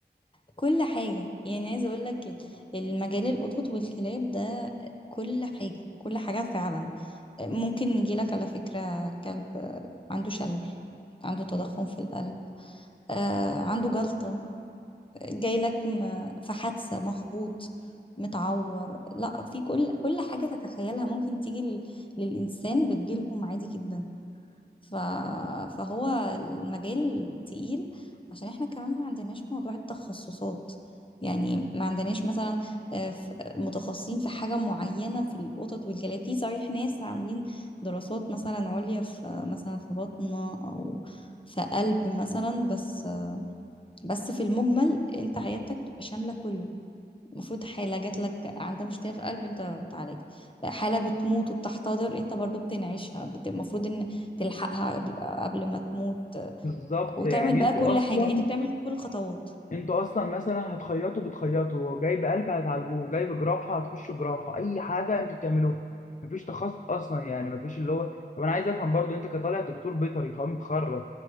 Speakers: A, on the left; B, on the left.
A: كل حاجة يعني عايزة اقول لك المجال القطط والكلاب ده كل حاجة كل حاجة فعلا ممكن يجيلك على فكرة كلب عنده شلل عنده تضخم في القلب آه، عنده جلطة جايلك م- في حادثة مخبوط متعور لا في كل كل حاجة تتخيلها ممكن تيجي لل- للإنسان بتجيلهم عادي جدا ف... فهو المجال تقيل عشان احنا كمان ما عندناش موضوع التخصصات يعني ما عندناش مثلا آه، ف- متخصصين في حاجة معينة في القطط والكلاب في صحيح ناس عاملين دراسات مثلا عليا في مثلا في بطنة أو في قلب مثلا بس بس في المجمل انت عيادتك بتبقى شاملة كله المفروض حالة جات لك عندها مشكلة في قلب انت بتعالجها حالة بتموت وبتحتضر انت برضو بتنعيشها بت- المفروض ان تلحقها قبل قبل ما تموت
B: <laughs> بالظبط
A: وتعمل
B: يعني
A: بقى
B: أنتوا
A: كل
B: أصلا
A: حاجة انت بتعمل كل الخطوات
B: انتوا اصلا مثلا هتخيطوا بتخيطوا جايب قلب هتعالجوه جايب جراحه هتخش جراحه اي حاجه انتوا بتعملوها مفيش تخصص اصلا يعني مفيش اللي هو طب انا عايز افهم برضو انت كطالع دكتور بيطري قام متخرج